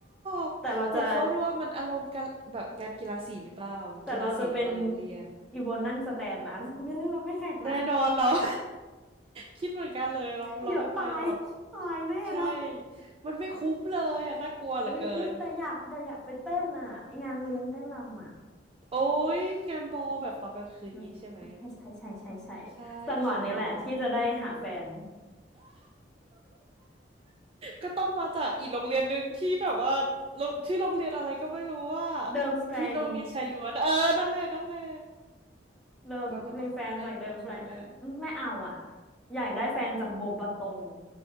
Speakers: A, on the right; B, in the centre.
A: บอยากเข้าร่วมมันอารมณ์กันแบบงานกีฬาสีหรือเปล่ากีฬาสีระหว่างโรงเรียน
B: แต่เราจะแต่เราจะเป็นอีวอนนั่งสแตนนะ <laughs> เราไม่ได้เราไม่แข่งนะ
A: แน่นอนเรา <laughs> คิดเหมือนกันเลยเราเราไม่ไปหรอก
B: เดี๋ยวตายตายแน่เนาะ
A: ใช่มันไม่คุ้มเลยอ่ะน่ากลัวเหลือเกิน
B: อุ้ยอุ้ยแต่อยากจะอยากไปเต้นอ่ะไองานเลี้ยงเต้นรำอ่ะ
A: โอ๊ยงานบอลแบบตอนกลางคืนงี้ใช่ไหม
B: อืมใช่ใช่ใช่ใช่ใช่
A: ใช่สวยเนาะ
B: จังหวะนี้แหละที่จะได้หาแฟน
A: ก็ต้องมาจากอีกโรงเรียนหนึ่งที่แบบว่าโรงชื่อโรงเรียนอะไรก็ไม่รู้ว่า
B: เดิมสแตรง
A: ที่โรงเรียนชายล้วนเออนั่นแหละนั่นแหละ
B: เรามีแฟนจากเดิมสแตรง
A: เราก็ต้องได้จากอันนั้นแหละ
B: ไม่เอาอ่ะอยากได้แฟนจากโบบะตง